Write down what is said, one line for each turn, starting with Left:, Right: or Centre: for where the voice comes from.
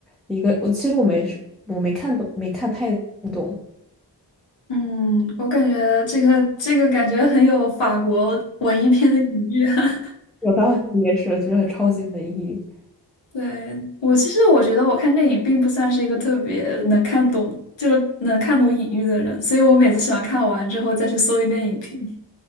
Centre: 一个，我其实我没我没看懂，没看太懂，
Left: 嗯，我感觉这个这个感觉很有法国文艺片的隐喻。<laughs>
Centre: 我道理也是，就是超级文艺。
Left: 对，我其实我觉得我看电影并不算是一个特别能看懂，就是能看懂隐喻的人，所以我每次喜欢看完之后再去搜一遍影评。